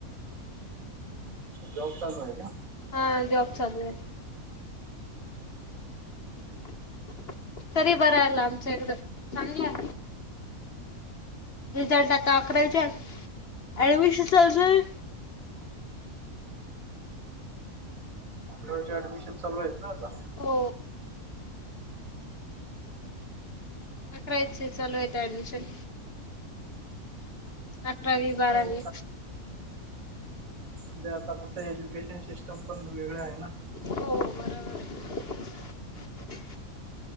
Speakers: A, on the right (about 65°); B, on the left (about 45°).
A: जॉब चालू आहे का.
B: हा जॉब चालू ये. <inaudible> तरी बरं आलं आमच्या इकडं चांगलाय. रिझल्ट आता अकरावीच्या ऍडमिशन चालू झाले.
A: पोराचं ऍडमिशन. चालू आहेत ना आता.
B: को. अकरावी चं चालू येत ऍडमिशन. अकरावी बारावी.
A: हो म्हणजे आता कसं एज्युकेशन सिस्टम पण वेगळ आहे ना.
B: हो बरोबर ये.